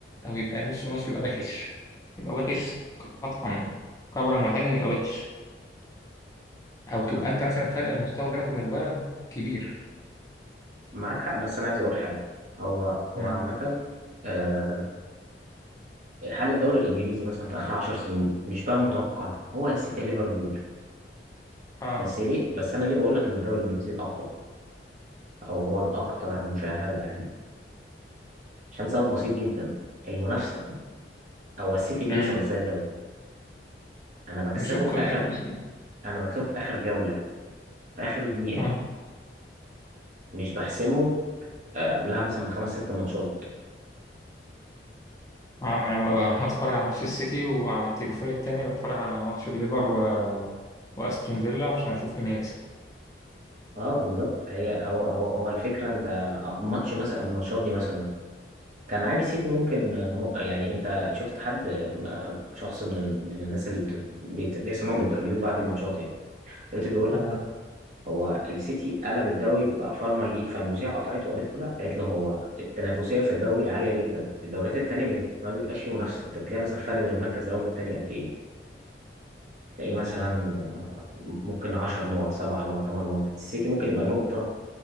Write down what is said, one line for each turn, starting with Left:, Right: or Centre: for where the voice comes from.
Left: او يبقى نص نص يبقى وحش يبقى وحش قطعا قبلا واحدا يبقى وحش او تبقى
Right: م-
Left: انت مثلا فرق المستوى بينك وبين البايرن كبير
Right: معاك حق بس انا عايز اقول حاجه هو
Left: امم
Right: هو عامه آه، حال الدوري الانجليزي مثلا في اخر 10 سنين مش بقى متوقع هو يا السيتي يا ليفربول
Left: اه
Right: بس ليه بس انا ليه بقول لك ان الدوري الانجليزي الاقوى او هو الاكثر مشاهده يعني عشان سبب بسيط جدا المنافسه هو السيتي بيكسب
Left: امم
Right: ازاي الدوري انا بكسبه
Left: بشق
Right: في
Left: الانفس
Right: اخر
Left: يعني
Right: انا بكسبه في اخر جوله في اخر دقيقه
Left: اه
Right: مش بحسمه آه، قبلها مثلا بخمس ست ماتشات
Left: اه انا ببقى ببقى بتفرج على ماتش السيتي وعلى التليفون التاني بتفرج على ماتش الليفر و... واستون فيلا عشان اشوف مين هيكسب
Right: اه بالظبط هي هو هو هو الفكره انت آه، ماتش مثلا الماتشات دي مثلا كان عادي السيتي ممكن مو- يعني انت شفت حد م- شخص من ال- من الناس اللي بت- بيت- بيحصل معاهم انترفيو بعد الماتشات يعني لقيته بيقول
Left: اه
Right: لك هو السيتي قلب الدوري بقى فارما ليج فالمذيعه قطعته وقالت له لا قالت له هو التنافسيه في الدوري عاليه جدا الدوريات التانيه مش- ما بيبقاش فيه منافسه انت بتلاقي مثلا فرق بين المركز الاول والتاني قد ايه تلاقيه مثلا آه، ممكن 10 نقط 7 نقط 8 نقط السيتي ممكن يبقى نقطه